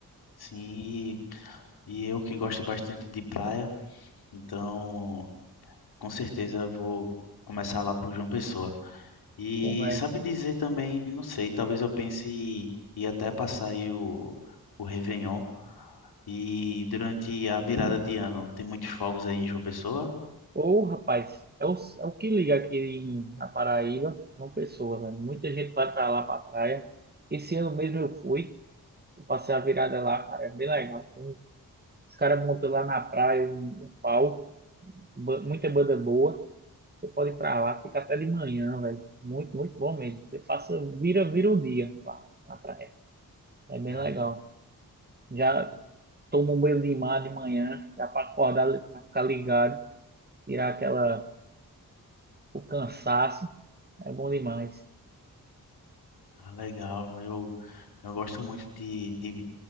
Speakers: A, on the left; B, on the right.
A: sim, e, e eu que gosto bastante de praia, então com certeza eu vou começar lá por João Pessoa. E
B: Começa.
A: sabe dizer também, não sei, talvez eu pense em em até passar aí o, o Réveillon. E durante a virada de ano, tem muitos fogos aí em João Pessoa?
B: Ô, rapaz, é o, é o que liga aqui em- na Paraíba, uma pessoa, velho. Muita gente vai para lá, para praia. Esse ano mesmo eu fui, eu passei a virada lá, cara, é bem legal. Tem um- Os caras montam lá na praia um, um palco, ba- muita banda boa. Você pode ir pra lá, fica até de manhã, velho. Muito, muito bom mesmo. Você passa, vira, vira o dia lá na praia. É bem
A: Ah,
B: legal. Já
A: muito-
B: toma um banho de mar de manhã, já pra acordar, já ficar ligado, tirar aquela, o cansaço. É bom demais.
A: ah, legal, eu, eu gosto muito de, de